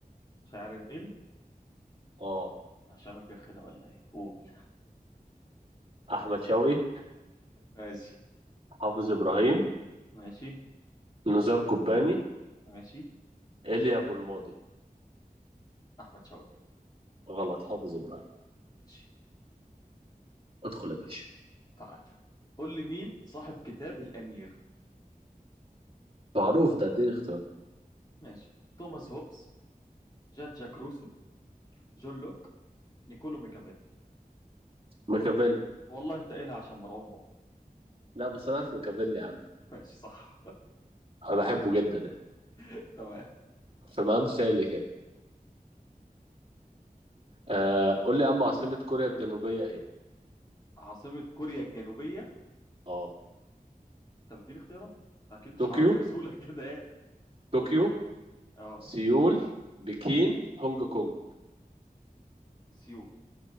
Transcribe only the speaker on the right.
اه
احمد شوقي
حافظ ابراهيم
نزار قباني
ايليا ابو الماضي
غلط حافظ ابراهيم
ادخل يا باشا
معروف ده اديني اختيار
ميكافيلي
لا بس انا عارف ميكافيلي يا عم
انا بحبه جدا يعني
في مقام خالي كده آه قول لي يا عم عاصمة كوريا الجنوبية ايه؟
اه
طوكيو
طوكيو
سيول بكين هونج كونج